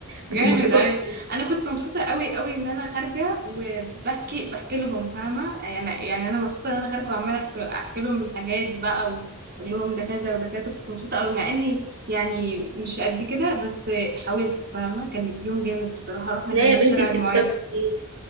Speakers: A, on the right; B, on the right.
A: بتبقى
B: جامد
A: بتحفة
B: أوي أنا كنت مبسوطة أوي أوي إن أنا خارجة وبحكي بحكي لهم فاهمة يعني يعني أنا مبسوطة إن أنا خارجة وعمالة أحكي, أحكي لهم الحاجات بقى وأقول لهم ده كذا وده كذا كنت مبسوطة أوي مع إني يعني مش قد كده بس حاولت فاهمة كان يوم جامد بصراحة رحنا
A: لا
B: كمان
A: يا بنتي
B: شارع
A: انت
B: المعز
A: بتسافري